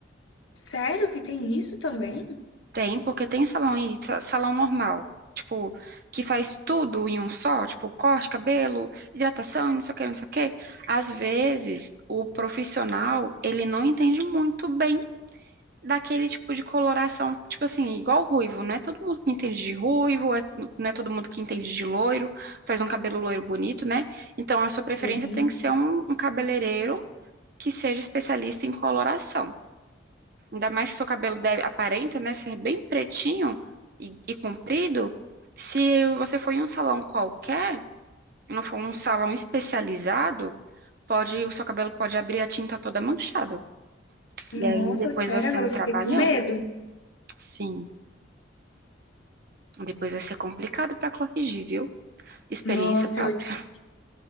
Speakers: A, on the left; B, on the right.
A: sério que tem isso também?
B: Tem, porque tem salão aí, sa- salão normal, tipo, que faz tudo em um só, tipo, corte, cabelo, hidratação, não sei o que, não sei o que. Às vezes, o profissional, ele não entende muito bem daquele tipo de coloração, tipo assim, igual ruivo, não é todo mundo que entende de ruivo, é- não é todo mundo que entende de loiro, faz um cabelo loiro bonito, né? Então a sua preferência
A: sim.
B: tem que ser um, um cabeleireiro que seja especialista em coloração. Ainda mais que seu cabelo deve, aparenta, né, ser bem pretinho e, e comprido. Se você for em um salão qualquer, e não for um salão especializado, pode, o seu cabelo pode abrir a tinta toda manchada.
A: Nossa,
B: E aí depois
A: sério,
B: vai ser
A: agora
B: um
A: eu
B: trabalhão.
A: fiquei com medo.
B: Sim. Depois vai ser complicado para corrigir, viu? Experiência
A: Nossa,
B: própria.
A: eu...